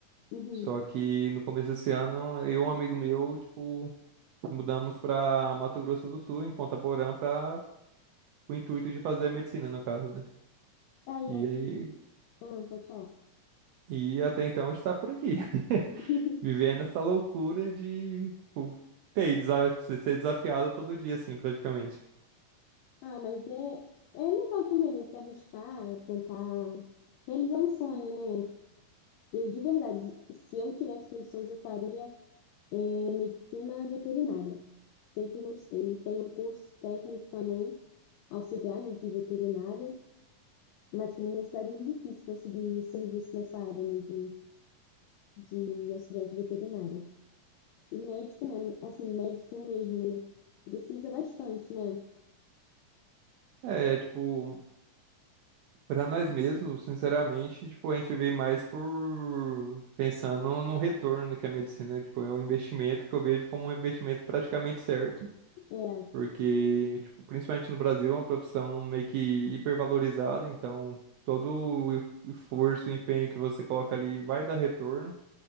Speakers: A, on the left; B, on the right.
A: Uhum.
B: Só que no começo desse ano, eu e um amigo meu, tipo, se mudamos para Mato Grosso do Sul, em Ponta Porã, para o intuito de fazer a medicina, no caso, né?
A: Tá Aí
B: E
A: eu.
B: aí,
A: Ah, pode falar.
B: e até então a gente tá por aqui, <laughs>
A: <laughs>
B: vivendo essa loucura de, tipo, ter desa- ser desafiado todo dia, assim, praticamente.
A: Ah, mas é, é legal também, né? Se arriscar, tentar realizar um sonho, né? Eu, de verdade, se eu tivesse condições, eu faria é, medicina veterinária. Sempre gostei. Tem um curso técnico também, auxiliar, né, de veterinária, mas que na minha cidade é muito difícil conseguir serviço nessa área, né, de, de auxiliar de veterinária. E médico, né? Assim, médico mesmo, né? Precisa bastante, né?
B: É, é, tipo, pra nós mesmos, sinceramente, tipo, a gente vê mais por pensando no retorno que a medicina, tipo, é um investimento que eu vejo como um investimento praticamente certo,
A: É,
B: porque, tipo, principalmente no Brasil é uma profissão meio que hipervalorizada, então todo o esforço, o empenho que você coloca ali vai dar retorno.